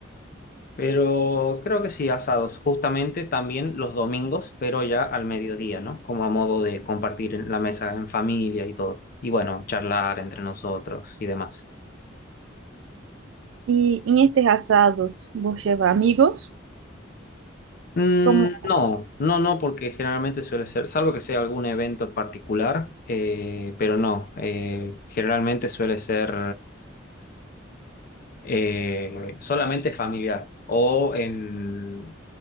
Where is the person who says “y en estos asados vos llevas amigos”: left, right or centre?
Right